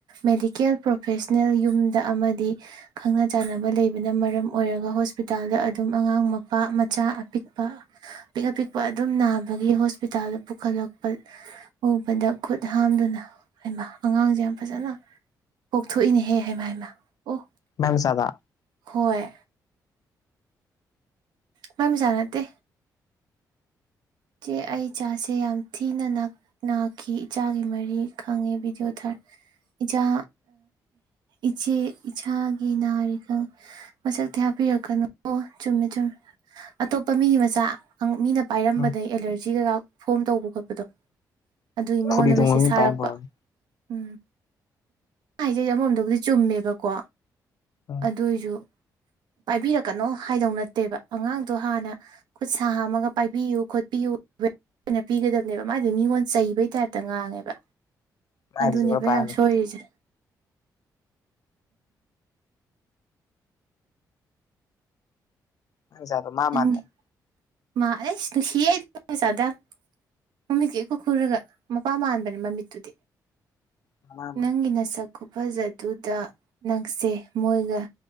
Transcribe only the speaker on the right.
ꯃꯦꯗꯤꯀꯦꯜ ꯄ꯭ꯔꯣꯐꯦꯁꯅꯦꯜ ꯌꯨꯝꯗ ꯑꯃꯗꯤ ꯈꯪꯅ ꯆꯥꯟꯅꯕ ꯂꯩꯕꯅ ꯃꯔꯝ ꯑꯣꯏꯔꯒ ꯍꯣꯁꯄꯤꯇꯥꯜꯗ ꯑꯗꯨꯝ ꯑꯉꯥꯡ ꯃꯄꯥ ꯃꯆꯥ ꯑꯄꯤꯛꯄ ꯑꯄꯤꯛ ꯑꯄꯤꯛꯄ ꯑꯗꯨꯝ ꯅꯥꯕꯒꯤ ꯍꯣꯁꯄꯤꯇꯥꯜꯗ ꯄꯨꯈꯠꯂꯛꯄ ꯎꯕꯗ ꯈꯨꯠ ꯍꯥꯝꯗꯨꯅ ꯍꯩꯃ ꯑꯉꯥꯡꯁꯦ ꯌꯥꯝ ꯐꯖꯅ ꯄꯣꯛꯊꯣꯛꯏꯅꯦꯍꯦ ꯍꯥꯏꯃ ꯍꯥꯏꯃ ꯑꯣ
ꯍꯣꯏ ꯃꯥꯏ ꯃꯆꯥ ꯅꯠꯇꯦ ꯆꯦ ꯑꯩ ꯆꯥꯁꯦ ꯌꯥꯝ ꯊꯤꯅ ꯅꯛ ꯅꯥꯈꯤ ꯏꯆꯥꯒꯤ ꯃꯔꯤ ꯈꯪꯉꯦ ꯚꯤꯗꯤꯑꯣ ꯊꯔ ꯏꯆꯥ ꯏꯆꯦ ꯏꯆꯥꯒꯤ ꯅꯥꯔꯤꯈ ꯃꯁꯛꯇꯤ ꯍꯥꯞꯄꯤꯔꯛꯀꯅꯨ ꯑꯣ ꯆꯨꯝꯃꯦ ꯆꯨꯝꯃꯦ ꯑꯇꯣꯞꯄ ꯃꯤꯒꯤ ꯃꯆꯥ ꯃꯤꯅ ꯄꯥꯏꯔꯝꯕ
ꯁꯤꯗꯒ ꯀꯩꯀꯥ ꯐꯣꯟ ꯇꯧꯕ ꯈꯣꯠꯄꯗꯣ ꯑꯗꯨꯒꯤ ꯃꯉꯣꯟꯗ
ꯃꯦꯁꯦꯁ
ꯊꯥꯔꯛꯄ
ꯎꯝ ꯃꯥ ꯍꯥꯏꯁꯦ ꯑꯃꯃꯣꯝꯗꯕꯨꯗꯤ ꯆꯨꯝꯃꯦꯕꯀꯣ
ꯑꯗꯨꯏꯁꯨ ꯄꯥꯏꯕꯤꯔꯛꯀꯅꯣ ꯍꯥꯏꯗꯧ ꯅꯠꯇꯦꯕ ꯑꯉꯥꯡꯗꯣ ꯍꯥꯟꯅ ꯈꯨꯠ ꯁꯥ ꯍꯥꯝꯃꯒ ꯄꯥꯏꯕꯤꯌꯨ ꯈꯨꯠ ꯄꯤꯌꯨ ꯑꯣꯏꯅ ꯄꯤꯒꯗꯕꯅꯦꯕ ꯃꯥꯗꯤ ꯃꯤꯉꯣꯟ ꯆꯩꯕꯩ ꯇꯥꯏꯞꯇ ꯉꯥꯡꯉꯦꯕ
ꯑꯗꯨꯅꯦꯕ
ꯌꯥꯝ ꯁꯣꯏꯔꯤꯁꯦ
ꯅꯪꯒꯤ
ꯃꯥ ꯑꯁ ꯅꯨꯡꯁꯤꯌꯦ ꯃꯥꯏ ꯃꯆꯥꯗꯣ ꯃꯃꯤꯠꯀꯥ ꯏꯈꯨ ꯈꯨꯔꯒ ꯃꯄꯥ ꯃꯥꯟꯕꯅꯦ ꯃꯃꯤꯠꯇꯨꯗꯤ
ꯅꯪꯒꯤ ꯅꯁꯛ ꯈꯨꯐꯖꯗꯨꯗ ꯅꯪꯁꯦ ꯃꯣꯏꯒ